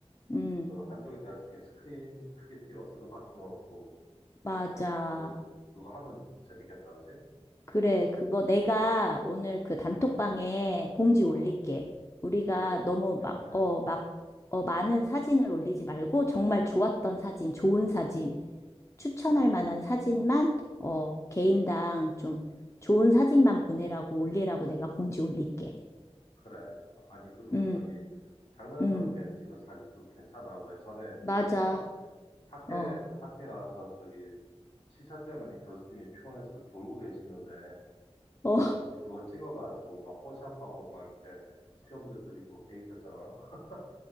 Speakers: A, on the left; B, on the left.
A: 음,
B: 그 한쪽에다 이렇게 스크린 크게 띄워서 음악 틀어놓고
A: 맞아.
B: 이렇게 쭉 그거 하면 재밌겠다, 그지?
A: 그래, 그거 내가
B: 어,
A: 오늘 그 단톡방에 공지
B: 어,
A: 올릴게. 우리가
B: 그래,
A: 너무
B: 그렇게
A: 막,
B: 좀 해줘.
A: 어, 막, 어, 많은 사진을 올리지 말고 정말 좋았던 사진, 좋은 사진, 추천할
B: 맞아,
A: 만한 사진만, 어, 개인당 좀 좋은 사진만 보내라고 올리라고 내가 공지 올릴게.
B: 그래. 아니 그리고
A: 응
B: 저기 장난스럽게
A: 응
B: 찍은 사진도 괜찮아. 왜 전에 누구였더라?
A: 맞아.
B: 학회
A: 어,
B: 학회 가서 저기 시차 때문에 교수님이 피곤해서 졸고 계시는데
A: 어,
B: 그거 찌-
A: <laughs>
B: 그거 찍어가지고 막 포샵하고 막 이렇게 수염도 그리고 걔 있었잖아. <laughs>